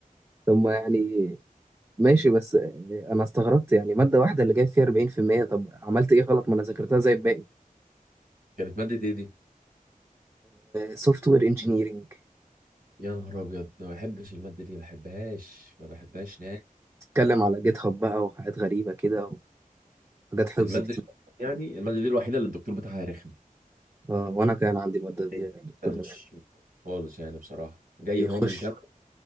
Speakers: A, on the right (about 20°); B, on the right (about 75°).
A: طب ما يعني ماشي بس انا استغربت يعني ماده واحده اللي جايب فيها 40% طب عملت ايه غلط ما انا ذاكرتها زي الباقي
B: كانت مادة ايه دي
A: سوفت وير انجينيرنج
B: يا نهار ابيض ما بحبش المادة دي ما بحبهاش ما بحبهاش نهائي
A: بتتكلم على جيت هاب بقى وحاجات غريبه كده وحاجات حفظ
B: المادة
A: كتير
B: دي يعني المادة دي الوحيدة اللي الدكتور بتاعها رخم
A: آه وانا كان عندي الماده دي
B: إيه؟
A: يا دكتور
B: ده مش
A: غريب
B: مش خالص يعني بصراحة جاي
A: بيخش
B: هو من كندا